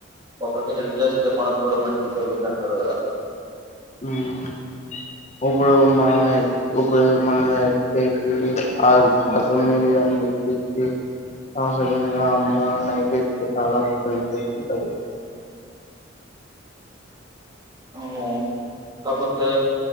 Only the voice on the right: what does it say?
ఒకరికి హెల్ప్ చేస్తే మనకు కూడా మంచి జరుగుద్ది అంటారు కదా
అవును కాపోతే